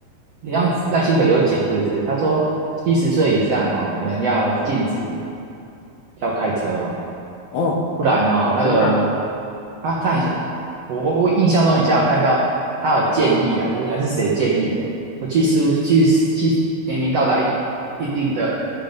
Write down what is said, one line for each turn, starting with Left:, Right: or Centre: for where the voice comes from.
Right: 你像赖清德有讲，是不是？他说七十岁以上哦，可能要禁止要开车哦，
Left: 哦，
Right: 不然哦，那个
Left: 真的啊？
Right: 他他很像我我我印象中很像有看到他有建议啊，就是还是谁建议的，说七十七十七年龄到达一一定的